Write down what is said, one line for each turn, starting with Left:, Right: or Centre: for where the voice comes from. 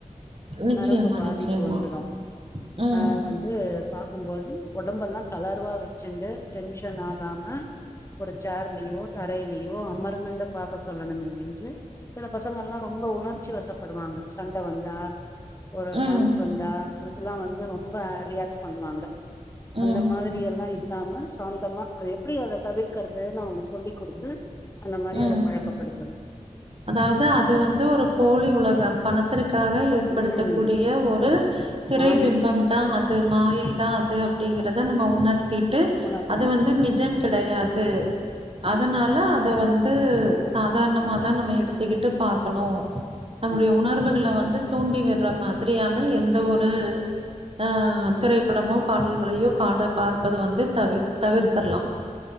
Right: நிச்சயமா,
Left: நரம்பு பாதிப்பு
Right: நிச்சயமா.
Left: வந்துடு
Right: ம்,
Left: அ வந்து இருக்கும்போது உடம்பெல்லா தளர்வா வச்சுண்டு டென்ஷன் ஆகாம ஒரு சேர்லயோ தரையிலயோ அமர்ந்துண்டு பாக் பசல்ல என்னமே விஞ்சு சில பசங்கல்லா ரொம்ப உணர்ச்சி வசப்படுவாங்க சண்ட வந்தா ஒரு
Right: ம்,
Left: டான்ஸ் வந்தா அதுக்கெல்லா வந் இது ரொம்ப ரியாக்ட் பண்ணுவாங்க.
Right: ம்,
Left: அந்த மாதிரி எல்லா இல்லாம சாந்தமா அது எப்பிடி அத தவிர்க்கறதுன்னு அவங்களுக்கு சொல்லி் குடுத்து அந்த மாரி
Right: ம்
Left: அத பழக்கப்படுத்தணு
Right: அதாவது அது வந்து ஒரு போலி உலகம் பணத்திற் காக ஏற்படுத்தக்
Left: ம்
Right: கூடிய ஒரு திரைபிம்பம்தா
Left: மாயை
Right: அ து மாயைதா அது அப்டிங்கறத நம்ம உணர்த்தி ட்டு
Left: உணர்த்தணு
Right: அது வந்து நிஜம் கிடையாது அதனால அத வந் து சாதாரணமாதா நம்ம எடுத்துக்கிட்டு பாக்கணு நம்முடைய
Left: ம்
Right: உணர்வுகள வந்து தூண்டி விட்ற மா திரியான எந்த ஒரு ஆ திரைப்படமோ பாடல்களையோ பாட பார்ப்பது வந்து தவிர் தவிர்த்திரலா.